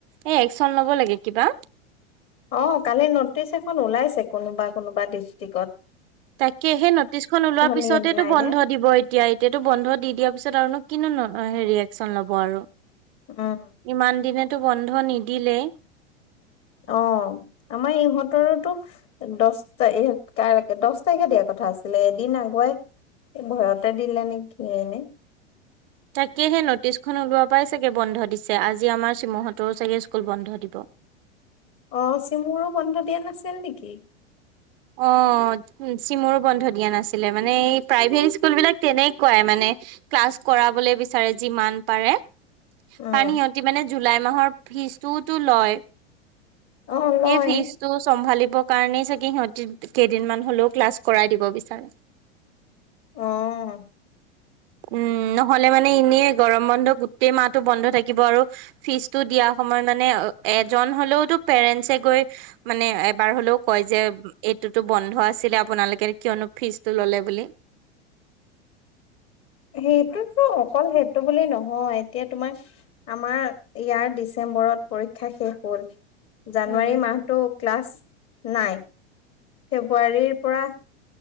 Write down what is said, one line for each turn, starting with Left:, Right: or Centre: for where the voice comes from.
Right: এই একচন ল'ব লাগে কিবা।
Left: অ, কালি নটিচ এখন ওলাইছে কোনোবা - কোনোবা ডিষ্ট্ৰিক্ত।
Right: তাকে সেই নটিচখন ওলোৱাৰ পিছতেতো
Left: নিয়ে নাই
Right: বন্ধ
Left: দিয়া
Right: দিব। এতিয়া-এতিয়াতো বন্ধ দি দিয়াৰ পিছত আৰুন নো কি নো হেৰি একশচন ল'ব আৰু।
Left: উম,
Right: ইমান দিনেতটো বন্ধ নিদিলেই।
Left: অ, আমাৰ ইহঁতৰোতো দস টা এহ কাই দস তাৰিখে দিয়া কথা আছিলে এদিন আগুৱাই এই ভয়তে দিলে নেকি এনে।
Right: তাকে সেই নটিচখন ওলোৱা পৰাই চাগে বন্ধ দিছে আজি আমাৰ শিমহতৰো চাগে স্কুল বন্ধ দিব।
Left: অ, চিমুৰো বন্ধ দিয়া নাছিল নেকি?
Right: অ, চিমৰো বন্ধ দিয়া নাছিলে মানে এই প্ৰাইভেট স্কুল বিলাক তেনেকুৱাই মানে ক্লাছ কৰাবলৈ বিচাৰে যিমান পাৰে।
Left: উম,
Right: কাৰণ সিহতি মানে জুলাই মাহৰ ফিজটোওতো লয়।
Left: অ', লয়
Right: সেই ফিজটো চম্ভালিবৰ কাৰণেই চাগে সিহতি কেইদিনমান হলেও ক্লাছ কৰাই দিব বিচাৰে।
Left: অ',
Right: উম, নহ'লে মানে এনেই গৰম বন্ধ গোটেই মাহটো বন্ধ থাকিব আৰু ফিজটো দিয়া সময়ত মানে এজন হলেওতো পেৰেন্টছে গৈ মানে এবাৰ হ'লেও কয় যে, এইটোতো বন্ধ আছিলে আপোনালোকে কিয়নো ফিজতটো ল'লে বুলি।
Left: সেইটোতো অকল সেইটো বুলি নহয় এতিয়া তোমাৰ আমাৰ ইয়াৰ ডিচেম্বৰত পৰীক্ষা শেষ হ'ল। জানুৱাৰী
Right: উম
Left: মাহতো ক্লাছ নাই ফেব্ৰুৱাৰীৰ পৰা